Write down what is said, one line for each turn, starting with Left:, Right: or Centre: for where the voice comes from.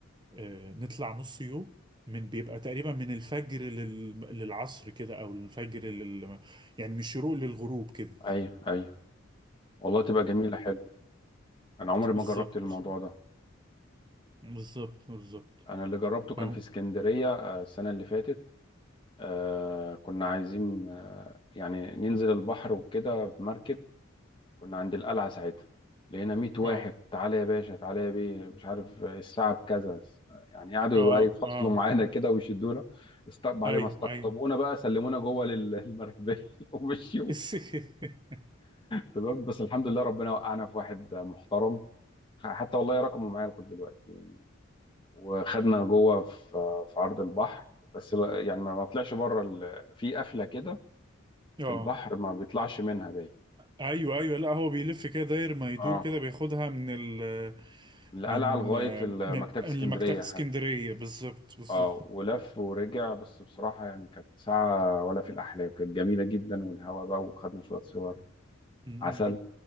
Right: آه... نطلع نص يوم من بيبقى تقريبا من الفجر لل... للعصر كده او الفجر لل... يعني من الشروق للغروب كده
Left: ايوه ايوه والله تبقى جميلة حلو انا عمري
Right: بالظبط
Left: ما جربت الموضوع ده
Right: بالظبط بالظبط
Left: انا اللي جربته كان
Right: فاهم
Left: في اسكندرية آه، السنة اللي فاتت آه كنا عايزين آه يعني ننزل البحر وكده بمركب كنا عند القلعة ساعتها لقينا 100 واحد
Right: اه
Left: تعالى يا باشا تعالى يا بيه مش عارف الساعة بكذا يعني قعدوا
Right: اه
Left: بقى يفصلوا
Right: اه
Left: معانا كده ويشدونا است- بعد
Right: ايوه
Left: ما استقطبونا
Right: ايوه
Left: بقى سلمونا جوه لل- المركبية <laughs> ومشيوا
Right: الس- <laughs>
Left: تمام بس الحمد لله ربنا وقعنا في واحد محترم حتى والله رقمه معايا لغاية دلوقتي يعني وخدنا جوه في في عرض البحر بس لا- يعني ما ما طلعش بره ال- في قفلة كده
Right: اه
Left: في البحر ما بيطلعش منها باين
Right: ايوه ايوه لا هو بيلف كده داير ما يدور
Left: اه
Right: كده بياخدها من ال
Left: القلعة
Right: من
Left: لغاية ال-
Right: من
Left: مكتبة
Right: المكتبة
Left: اسكندرية
Right: اسكندرية بالظبط بالظبط
Left: اه ولف ورجع بس بصراحة يعني كانت ساعة ولا في الأحلام كانت جميلة جدا والهوا بقى وخدنا شوية صور
Right: أمم.
Left: عسل